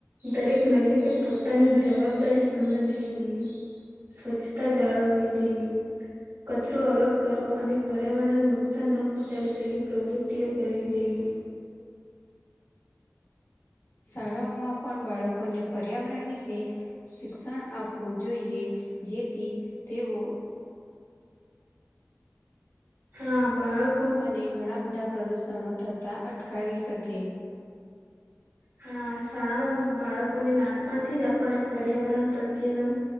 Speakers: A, on the right (about 65°); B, on the left (about 60°).
A: દરેક નાગરિકે પોતાની જવાબદારી સમજવી જોઈએ. સ્વચ્છતા જાળવવી જોઈએ. કચરો અલગ કરવો અને પર્યાવરણને નુકસાન ન પહોંચાડે તેવી પ્રવૃત્તિઓ કરવી જોઈએ.
B: શાળાઓમાં પણ બાળકોને પર્યાવરણ વિશે. શિક્ષણ આપવું જોઈએ, જેથી તેઓ.
A: હા બાળક
B: અને ઘણા બધા પ્રદૂષણો થતાં અટકાવી શકે.
A: હા શાળામાં બાળકોને નાનપણથી જ આપણે પર્યાવરણ પ્રત્યેનો.